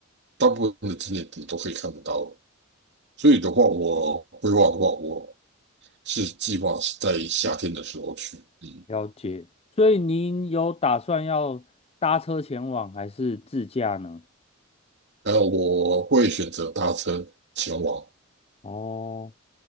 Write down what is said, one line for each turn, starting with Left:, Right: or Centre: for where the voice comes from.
Right: 大部分的景点你都可以看得到。所以的话，我规划的话，我是计划是在夏天的时候去，嗯，
Left: 了解。所以您有打算要搭车前往还是自驾呢？
Right: 然后我会选择搭车前往，
Left: 哦，